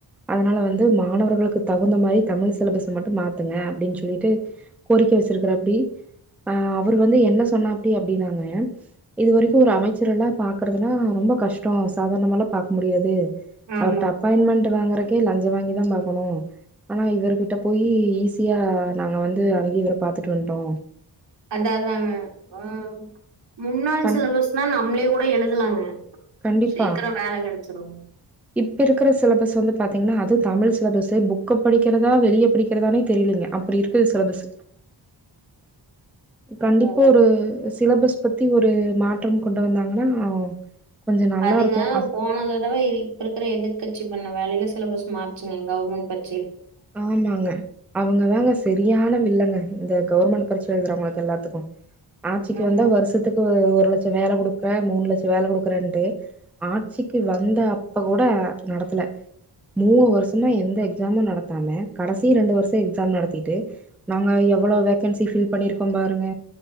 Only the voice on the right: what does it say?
ஆமா
அதாதாங்க ஆ முன்னாள்
சிலபஸ்னா நம்மளே கூட எழுதலாங்க.
சீக்கிரோ வேல கெடச்சிரு
அதா அதா
அதுங்க
போனத தடவை இப்ப இருக்கிற எதிர்கட்ச பண்ண வேலையில சிலபஸ் மாறுச்சுங்க கவர்ன்மெண்ட் பத்தி
ம்
ஆமா